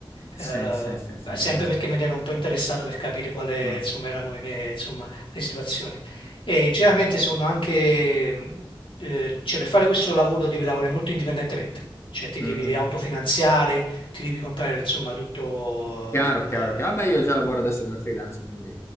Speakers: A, on the left; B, on the left.
A: Sì,
B: Eh,
A: sì, sì, sì,
B: sempre
A: immagino.
B: perché me ne ero un po' interessato per capire quali
A: Mh,
B: insomma, erano i me- insomma, le situazioni. E generalmente
A: mh,
B: sono anche, mh, eh, cioè per fare questo lavoro devi lavorare molto indipendentemente, cioè ti devi
A: mh-mh.
B: autofinanziare, ti devi comprare insomma tutto
A: Chiaro,
B: il...
A: chiaro, chia vabbè io già lavoro adesso come freelance, quindi